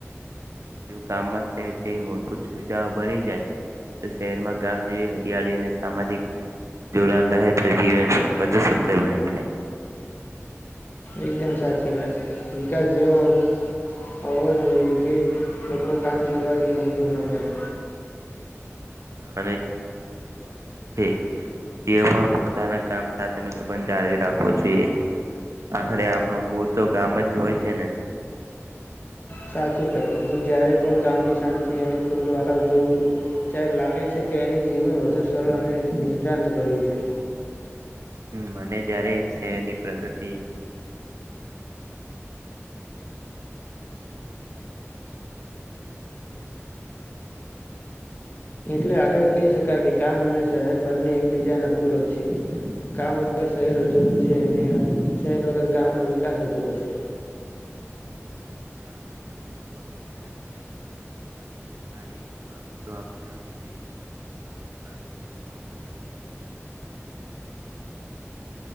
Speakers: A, on the right; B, on the left.
A: જો ગામમાં શહેર જેવી મૂળભૂત સુવિધાઓ બની જાય તો શહેરમાં ગામ જેવી હરિયાળી અને સામાજિક જોડાણ રહે તે વધુ બની જાય
B: એકદમ સાચી વાત છે, વિકાસ જેવો હોવો જોઈએ કે લોકો કામ છોડવા જ મજબૂર ન બને
A: જાય તે પણ પોતાના ગામ સાથે નો સંબંધ જાળવી રાખવો જોઈએ, આખરે આપણું મૂળ તો ગામ જ હોય છે ને
B: સાચું કર્યું હું જયારે પણ ગામની શાંતિ અને ખુલ્લું આકાશ જોઉં છું, ત્યારે લાગે છે કે અહીં જીવન વધુ સરળ અને નિષ્ાંત ભર્યું છે
A: મને જ્યારે શહેરની પ્રગતિ <inaudible>
B: એટલે આખરે કહી શકાય કે ગામ અને શહેર બંને એકબીજાના પૂરક છે, ગામ વગર શહેર અધૂરું છે અને શહેર વગર ગામનો વિકાસ અધૂરો છે,
A: વાહ આ વાતો તો બહ સરસ કઈ બંનેની સારી બાબતો અપનાવી જોઈએ આપ સારું સમાજ બનાવી શકીએીએ